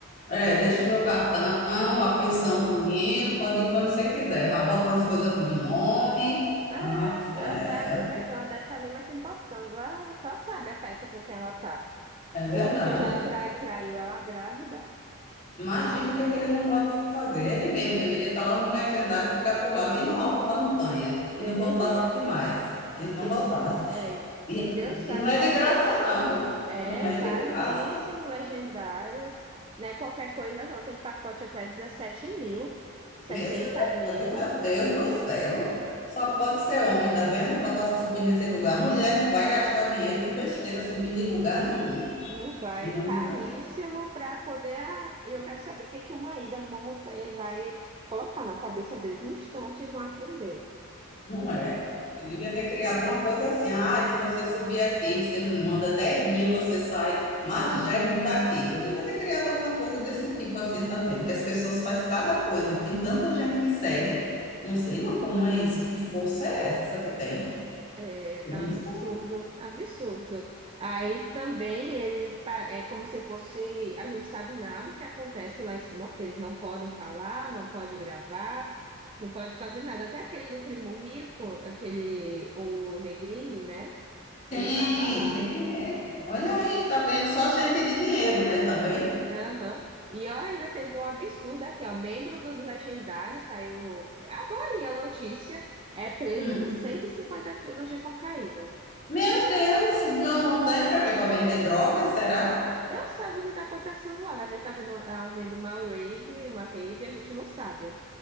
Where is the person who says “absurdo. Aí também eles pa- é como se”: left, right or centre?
Right